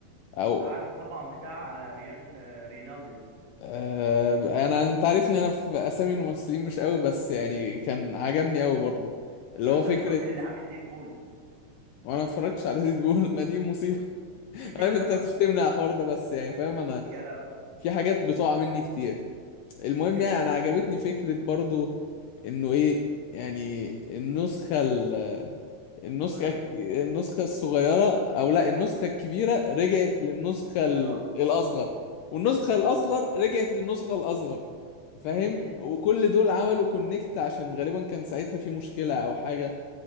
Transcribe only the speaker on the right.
عارفه طبعا بتاع آه، ريان آه، رينالديز
يا
اصلا
الممثل اللي عامل ديدبول
<laughs>
يا لهوي
فيلم
فيلم ديدبول
الصغيره منه
اه
اه
امم